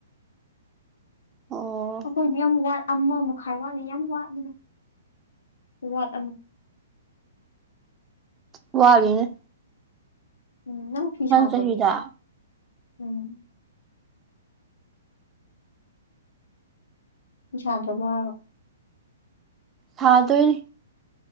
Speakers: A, on the right; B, on the left.
A: ꯑꯣ
B: ꯑꯩꯈꯣꯏꯗꯤ ꯌꯥꯝ ꯋꯥꯠ ꯑꯃ ꯃꯈꯥꯏ ꯋꯥꯠꯂꯤ ꯌꯥꯝ ꯋꯥꯠꯂꯤꯗ ꯈꯨꯋꯥꯠ ꯑꯃ
A: ꯋꯥꯂꯤꯅꯦ
B: ꯎꯝ ꯅꯪ ꯐꯤ ꯁꯥꯗ꯭ꯔꯕꯣ
A: ꯆꯍꯤꯗ
B: ꯎꯝ ꯐꯤ ꯁꯥꯗ꯭ꯔꯕꯣ ꯍꯥꯏꯔꯒ
A: ꯊꯥꯗꯣꯏ